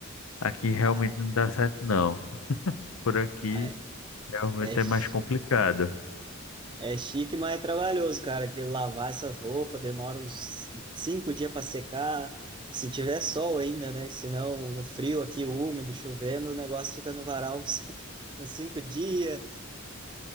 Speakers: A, on the left; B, on the right.
A: aqui realmente
B: Ah,
A: não dá certo, não. Por aqui
B: mas
A: realmente
B: é, chi-
A: é mais complicado.
B: é chique, mas é trabalhoso, cara. Que lavar essas roupas demora uns cinco dias para secar. Se tiver sol ainda, né? Senão, no frio aqui, úmido, chovendo, o negócio fica no varal uns, <laughs> uns cinco dias.